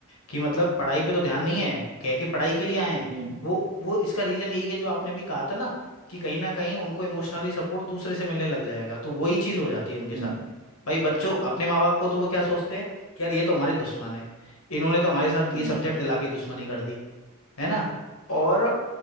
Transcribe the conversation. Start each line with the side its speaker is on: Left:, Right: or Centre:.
Left: कि मतलब पढ़ाई पे तो ध्यान नहीं है कह के पढ़ाई के लिए आए हैं
Right: हम्म
Left: वो वो इसका रीजन यही है जो आपने अभी कहा था ना कि कहीं ना कहीं उनको इमोशनली सपोर्ट दूसरे से मिलने लग जाएगा तो वही चीज हो जाती है उनके
Right: हम्म
Left: साथ भी भाई बच्चों अपने माँ बाप को तो वो क्या सोचते हैं कि यार ये तो हमारे दुश्मन है इन्होंने तो हमारे साथ ये
Right: हम्म।
Left: सब्जेक्ट दिला के दुश्मनी कर दी है ना और